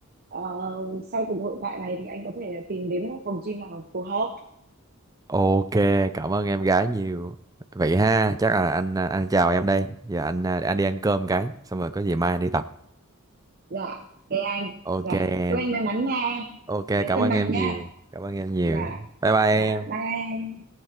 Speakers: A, on the right; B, on the right.
A: ờ, ờ, sau cuộc hội thoại này thì anh có thể tìm đến một phòng gym nào phù hợp
B: Ok, cảm ơn em gái nhiều. Vậy ha, chắc là anh à, anh chào em đây. Giờ anh à, để anh đi ăn cơm cái, xong rồi có gì mai anh đi tập.
A: dạ thế anh
B: Ok
A: dạ
B: em.
A: chúc anh may mắn nha
B: Ok,
A: nhớ
B: cảm
A: cân
B: ơn
A: bằng
B: em
A: nha
B: nhiều. Cảm ơn em nhiều.
A: dạ
B: Bye bye em.
A: dạ bye